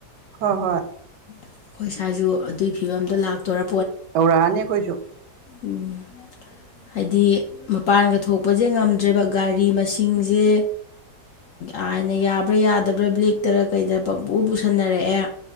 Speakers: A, on the right; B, on the left.
A: ꯍꯣꯏ ꯍꯣꯏ
B: ꯑꯩꯈꯣꯏ ꯁ꯭ꯋꯥꯏꯖ ꯑꯗꯨꯒꯤ ꯐꯤꯕꯝꯗ ꯂꯥꯛꯇꯣꯔ
A: ꯇꯧꯔꯛꯑꯅꯤ ꯑꯩꯈꯣꯏꯁꯨ
B: ꯎꯝ ꯍꯥꯏꯗꯤ ꯃꯄꯥꯟꯒ ꯊꯣꯛꯄꯁꯦ ꯉꯝꯗ꯭ꯔꯦꯕ ꯒꯥꯔꯤ ꯃꯁꯤꯡꯁꯦ ꯑꯥꯏꯅ ꯌꯥꯕ꯭ꯔꯥ ꯌꯥꯗꯕ꯭ꯔꯥ ꯕ꯭ꯂꯦꯛꯇꯔ ꯀꯩꯗꯔ ꯄꯪꯄꯨ ꯄꯨꯁꯟꯅꯔꯛꯑꯦ